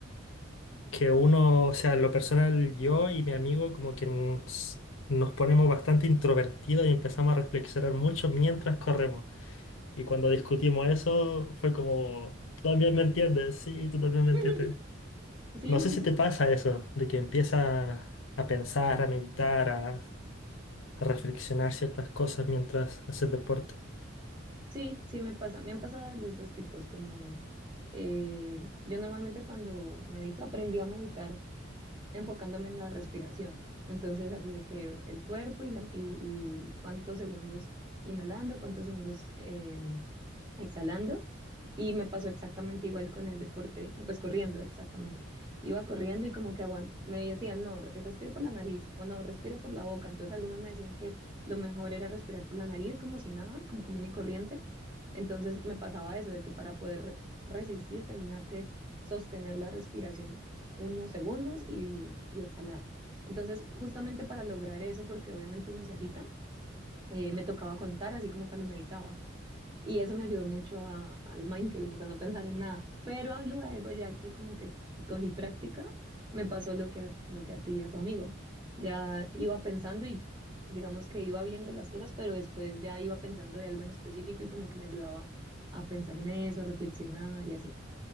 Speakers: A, on the left; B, on the right.
A: que uno, o sea, en lo personal, yo y mi amigo como que nos, nos ponemos bastante introvertidos y empezamos a reflexionar mucho mientras corremos. Y cuando discutimos eso, fue como, tú también me entiendes, sí, tú también me
B: <laughs>
A: entiendes.
B: Sí,
A: No sé
B: sí,
A: si te pasa eso, de que empiezas a pensar, a meditar, a, a reflexionar ciertas cosas mientras haces deporte.
B: sí, sí me pasa. Me han pasado de los dos tipos, como eh, yo normalmente cuando medito, aprendí a meditar enfocándome en la respiración. Entonces, así de que el cuerpo y, la- y- y cuántos segundos inhalando, cuántos segundos em, exhalando. Y me pasó exactamente igual con el deporte, pues corriendo, exactamente. Iba corriendo y como que aguant me decían, no, re- respire por la nariz o no, respire por la boca. Entonces algunos me decían que lo mejor era respirar por la nariz como si nada, como común y corriente. Entonces me pasaba eso, de que para poder re- resistir tenía que sostener la respiración unos segundos y, y exhalar. Entonces, justamente para lograr eso, porque obviamente uno se agita, eh, me tocaba contar, así como cuando meditaba. Y eso me ayudó mucho a- al mindfulness, a no pensar en nada. Pero luego, ya que como que cogí práctica, me pasó lo que a, lo que a ti y a tu amigo. Ya iba pensando y digamos que iba viendo las cosas, pero después ya iba pensando de algo en específico y como que me ayudaba a pensar en eso, a reflexionar y así.